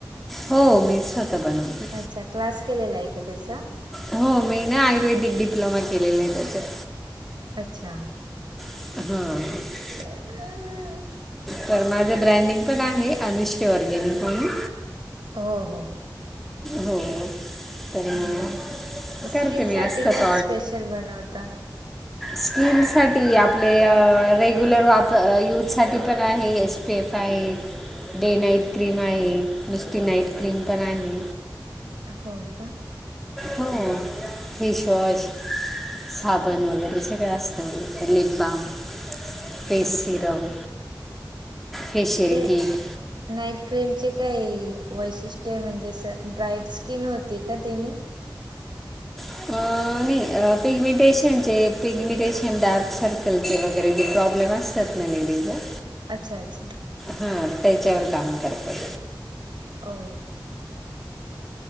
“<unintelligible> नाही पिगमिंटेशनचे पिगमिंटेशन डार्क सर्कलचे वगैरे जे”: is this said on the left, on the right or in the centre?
Centre